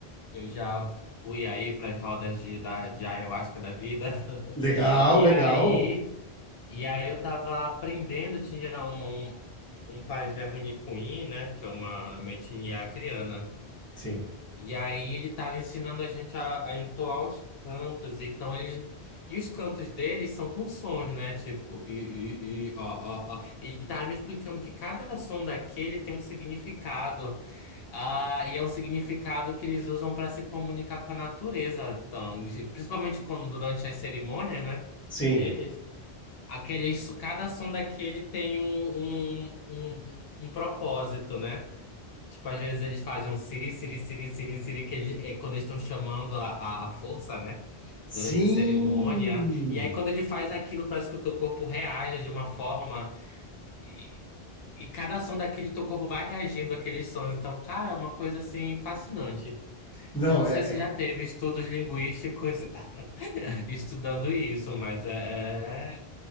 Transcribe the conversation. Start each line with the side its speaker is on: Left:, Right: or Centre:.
Left: Eu já fui aí para as rodas de, da, de ayahuasca da vida.
Centre: Legal,
Left: <laughs> E
Centre: legal.
Left: aí E aí eu tava aprendendo, tinha uma- um, um pajé Runicuí, né? Que é uma, é uma etnia acriana.
Centre: Sim,
Left: E aí ele tava ensinando a gente a, a entoar os cantos. Então eles. E os cantos deles são com sons, né? Tipo, i, i, i, ó, ó, ó. E ele tava me explicando que cada som daquele tem um significado. Ah, e é um significado que eles usam para se comunicar com a natureza. Então, principalmente quando durante as cerimônias, né?
Centre: sim.
Left: Deles. Aquele, isso, cada som daquele tem um, um, um, um propósito, né? Tipo, às vezes eles fazem um siri, siri, siri, siri, siri, que eles- é quando eles estão chamando a, a, a força, né? Durante
Centre: Sim.
Left: a cerimônia. E aí, quando ele faz aquilo, parece que o teu corpo reage de uma forma. E, e cada som daquele, teu corpo vai reagindo àqueles sons. Então, cara, é uma coisa, assim, fascinante.
Centre: Não,
Left: Eu não sei
Centre: é,
Left: se
Centre: é-
Left: já teve estudos linguísticos <laughs> estudando isso, mas é. é,